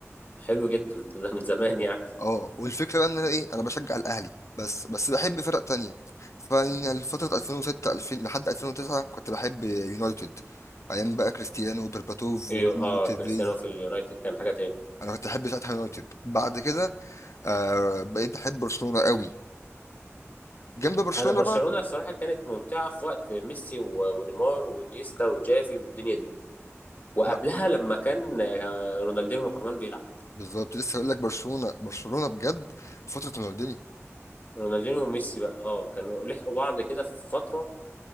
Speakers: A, on the left; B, on the left.
A: حلو جدا ده من زمان يعني
B: اه والفكره بقى ان انا ايه انا بشجع الاهلي بس بس بحب فرق تانية فيعني فتره 2006 2000 لحد 2009 كنت بحب يونايتد ايام بقى كريستيانو وبرباتوف وروني
A: ايوه اه
B: وتيفيز
A: كريستيانو في اليونايتد كان حاجه تاني
B: انا كنت بحب ساعتها يونايتد بعد كده آه بقيت بحب برشلونه قوي جنب برشلونة
A: انا برشلونه
B: بقى
A: الصراحه كانت ممتعه في وقت ميسي و- ونيمار وانيستا وجافي والدنيا دي وقبلها
B: لا
A: لما كان آه، رونالدينو كمان بيلعب
B: بالظبط لسه هقول لك برشلونة برشلونة بجد فترة رونالديني
A: رونالدينيو وميسي بقى اه كانوا لحقوا بعض كده في فترة